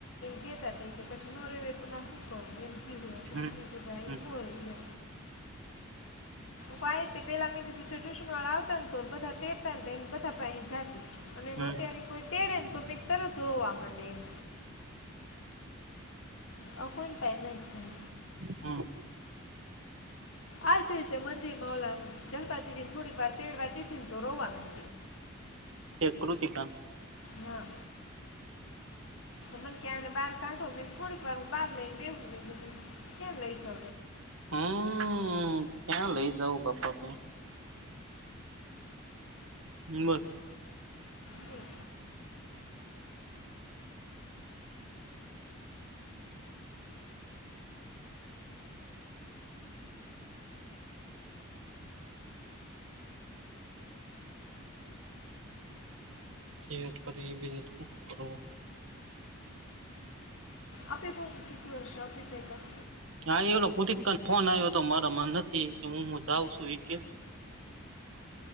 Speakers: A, on the left; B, on the right.
A: ગે પછ દોરે વ ના <unintelligible>
B: હમ
A: ટાઈંગ
B: હમ
A: હો રહી છે. પા પેલા મેં કીધું ટ્યુશન વાળા આવતા, તોડ બધા પરતા ને. બધા પાસે જાતી અને
B: હમ
A: ત્યારે કોઈ તેડે ને, તો મેં તરત રોવા માંડે એમ. અ કોઈ પહેલા જ.
B: હમ
A: આજ રીતે મંદિર માં ઓલા જલપાતીને, થોડીક વાર તેડ વારને રોવા ન.
B: જે કૃતિકન.
A: ના. મને ક્યાંને બહાર કાઢો, મે થોડીક વાર હ બહાર લઈને બેેવું લીધું, કેમ લઈ જઉ.
B: હમ, ક્યાં લઇ જાવં બાપા કઈ. હ બ.
A: બોલો
B: ત કર એ કરો.
A: અ આપ બે કતિ વર્ષો અ આપ પઈટું.
B: હા, એલો પુતિક ફોન આવ્યો હતો, મારામાં નથી કે, હું જાઉં છું એ.